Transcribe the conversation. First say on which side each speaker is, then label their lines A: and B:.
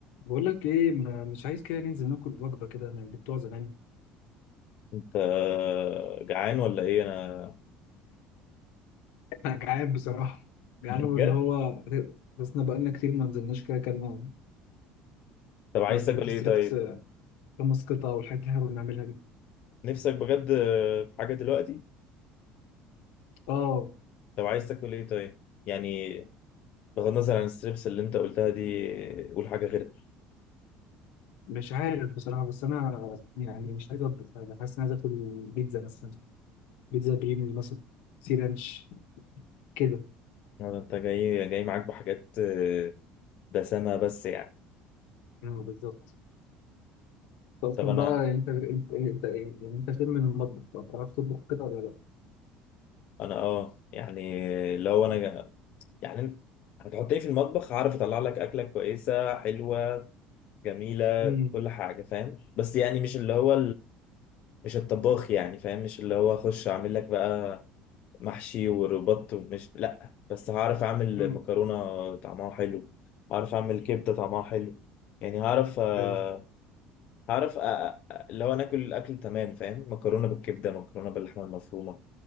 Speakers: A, on the left (about 80°); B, on the left (about 55°).
A: بقول لك ايه ما- مش عايز كده ننزل ناكل وجبه كده من بتوع زمان
B: انت جعان ولا ايه انا
A: انا جعان بصراحه جعان
B: بجد
A: واللي هو حسنا بقالنا كتير ما نزلناش كده اكلنا
B: طب عايز
A: وجبه
B: تاكل
A: الستريبس
B: ايه طيب
A: آه، خمس قطع والحاجات اللي احنا كنا بنعملها دي
B: نفسك بجد في حاجه دلوقتي
A: اه
B: طب عايز تاكل ايه طيب يعني بغض النظر عن الستريبس اللي انت قلتها دي قول حاجه غيرها
A: مش عارف بصراحه بس انا يعني مش عايز اطبخ انا حاسس اني عايز اكل بيتزا مثلا بيتزا بريمي مثلا سي رانش كده
B: ولا انت جاي جاي معاك بحاجات اه، دسمه بس يعني
A: اه بالظبط طب اصلا
B: طب انا
A: بقى انت انت انت إيه؟ يعني انت فين من المطبخ بقى بتعرف تطبخ كده ولا لا؟
B: انا اه يعني لو انا يعني انت هتحط ايه في المطبخ هعرف اطلع لك اكله كويسه حلوه جميله
A: امم
B: كل حاجه فاهم بس يعني مش اللي هو مش الطباخ يعني فاهم مش اللي هو اخش اعمل لك بقى محشي وربط ومش لا بس هعرف اعمل
A: امم
B: مكرونة طعمها حلو هعرف اعمل كبدة طعمها حلو يعني هعرف آه،
A: حلو
B: هعرف آه، آه، اللي هو ناكل الاكل تمام فاهم مكرونة بالكبدة مكرونة باللحمة المفرومة